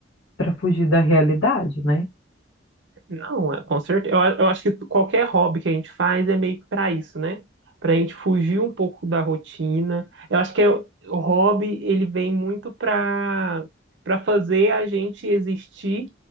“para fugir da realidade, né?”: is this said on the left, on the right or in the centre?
Left